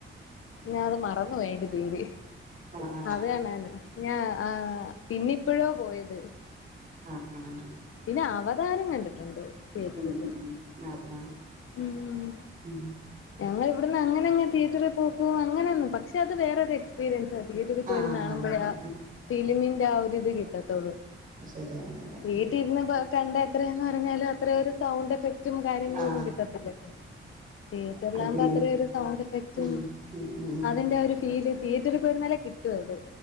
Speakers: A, on the left (about 80°); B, on the right (about 40°).
A: ഞാൻ അത് മറന്ന് പോയി അയിന്റെ പേര്
B: ആഹ്
A: അത് കാണാനാ ഞാ ആഹ് പിന്നിപ്പഴ പോയത്
B: ആഹ് ആഹ്
A: പിന്നെ അവതാരം കണ്ടിട്ടുണ്ട് തിയേറ്ററി
B: ഉം
A: പോയി
B: ഉം ഉം ആഹ് ആഹ്
A: ഉം
B: ഉം
A: ഞങ്ങൾ ഇവിടുന്ന് അങ്ങനങ്ങ് തിയെറ്ററി പോക്കും അങ്ങനെ ഒന്നു പക്ഷെ അത് വേ റൊരു എക്സ്പീരിയൻസ തിയേറ്ററിൽ പോയിരുന്ന്
B: ആഹ്
A: കാണുമ്പഴേ
B: അതെ അതെ
A: ആഹ് ഫിലിമിന്റെ ആ ഒരു ഇത് കിട്ടാത്തൊള്ളൂ
B: ശരിയ അതെതെ
A: വീട്ടി ഇരുന്ന്പ്പ കണ്ട എത്രയന്നു പറഞ്ഞാലും അത്ര ഒരു സൗണ്ട് എഫക് റ്റും കാര്യങ്ങളൊന്നും
B: ആഹ്
A: കിട്ടത്തില്ലല്ലോ തിയേറ്ററൽ
B: അത്
A: ആകുമ്പോ
B: ഫീലിങ്
A: അത്ര ഒരു സൗണ്ട് എഫക്റ്റും
B: ഉം ഉം ഉം
A: അതിന്റെ ഒരു തീ തിയേറ്ററിൽ പോയിരുന്നലെ കിട്ടു അത്